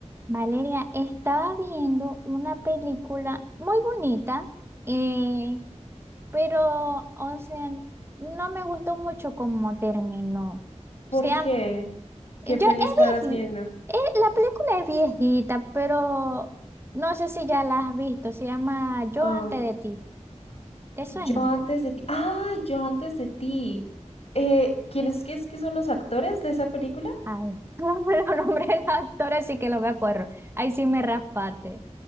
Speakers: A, on the right (about 20°); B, on the left (about 55°).
A: Valeria, estaba viendo una película muy bonita, eh, pero, o sea, no me gustó mucho cómo terminó.
B: ¿Por
A: O sea,
B: qué? ¿Qué
A: yo
B: peli
A: es
B: estabas
A: viejita,
B: viendo?
A: la película es viejita, pero no sé si ya la has visto. Se llama Yo
B: Am,
A: antes de ti. ¿Te suena?
B: yo antes de ti. ¡Ay, yo antes de ti! Eh, ¿quiénes que es que son los actores de esa película?
A: Ay, <laughs> no me lo nombré el nombre del actor, así que lo me acuerdo. Ahí sí me raspate.